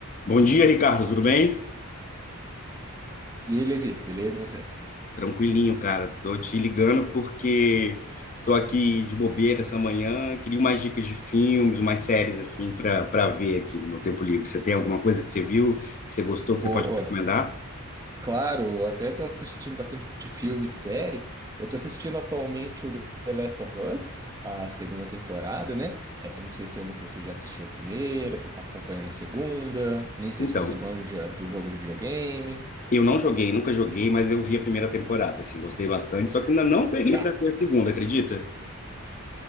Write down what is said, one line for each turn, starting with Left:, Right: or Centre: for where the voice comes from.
Left: Bom dia, Ricardo, tudo bem?
Right: E aí, Levi, beleza? E você?
Left: Tranquilinho, cara. Tô te ligando porque tô aqui de bobeira essa manhã, queria umas dicas de filmes, umas séries assim para para ver aqui no meu tempo livre. Você tem alguma coisa que você viu, que você gostou,
Right: Boa.
Left: que você pode me recomendar?
Right: Claro, eu até tô assistindo bastante filme e série. Eu tô assistindo atualmente o The Last of Us, a segunda temporada, né? Essa eu não sei se é uma que você já assistiu a primeira, se tá acompanhando a segunda, nem sei
Left: Então,
Right: se você manja do jogo de videogame.
Left: eu não joguei, nunca joguei, mas eu vi a primeira temporada, assim, gostei bastante, só que ainda não peguei
Right: Tá.
Left: para ver a segunda, acredita?